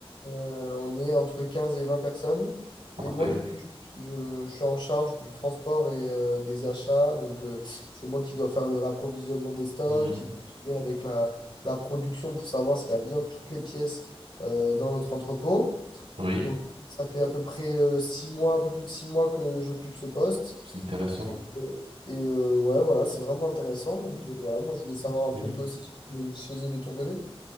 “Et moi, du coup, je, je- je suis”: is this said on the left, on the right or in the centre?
Left